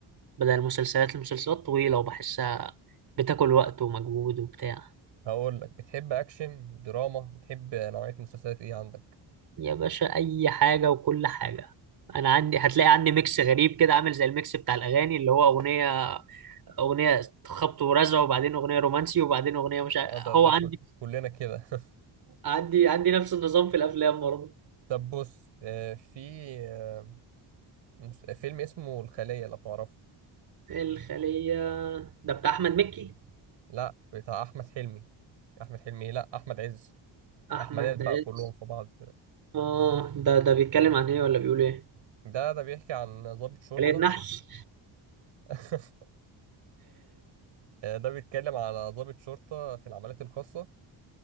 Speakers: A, on the right (about 50°); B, on the right (about 75°).
A: بدل المسلسلات المسلسلات طويلة وبحسها بتاكل وقت ومجهود وبتاع
B: هقول لك بتحب اكشن دراما بتحب نوعية مسلسلات ايه عندك
A: يا باشا اي حاجه وكل حاجه انا عندي هتلاقي عندي ميكس غريب كده عامل زي الميكس بتاع الاغاني اللي هو اغنيه اغنيه خبط ورزع وبعدين اغنيه رومانسي وبعدين اغنيه مش عارف.
B: اه ده ده
A: هو عندي
B: كل... كلنا كده <laughs>
A: عندي عندي نفس النظام في الافلام برضه
B: طب بص آه، في آه، مس- فيلم اسمه الخلية لو تعرفه
A: الخليه ده بتاع احمد مكي
B: لا بتاع احمد حلمي احمد حلمي لا احمد عز
A: احمد
B: احمدات بقى
A: عز
B: كلهم في بعض
A: اه ده ده بيتكلم عن ايه ولا بيقول ايه
B: ده ده بيحكي عن ضابط شرطة
A: خليه نحل
B: <laughs> آه، ده بيتكلم على ضابط شرطة في العمليات الخاصة